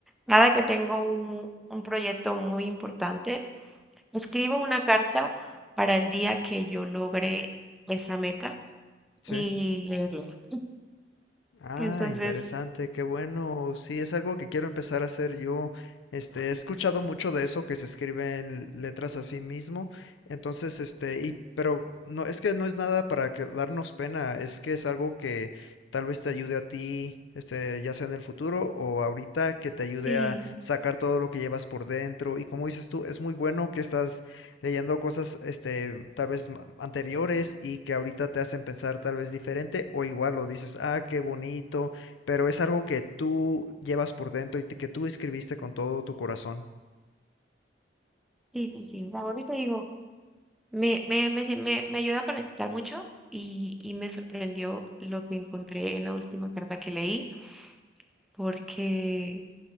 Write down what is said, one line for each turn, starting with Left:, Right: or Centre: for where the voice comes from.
Centre: Cada que tengo un, un proyecto muy importante, escribo una carta para el día que yo logre esa meta
Left: Sí.
Centre: y leerla.
Left: Ah,
Centre: Entonces,
Left: interesante, qué bueno. Sí, es algo que quiero empezar a hacer yo. Este, he escuchado mucho de eso que se escribe en letras a sí mismo. Entonces, este, y pero no es que no es nada para que darnos pena, es que es algo que tal vez te ayude a ti, este, ya sea en el futuro o ahorita que te ayude
Centre: sí,
Left: a sacar todo lo que llevas por dentro. Y como dices tú, es muy bueno que estás leyendo cosas, este, tal vez ma- anteriores y que ahorita te hacen pensar tal vez diferente o igual lo dices, ah, qué bonito, pero es algo que tú llevas por dentro y te- que tú escribiste con todo tu corazón.
Centre: sí, sí, sí. La ahorita digo, me, me, me, sie- me, me ayuda a conectar mucho y, y me sorprendió lo que encontré en la última carta que leí, porque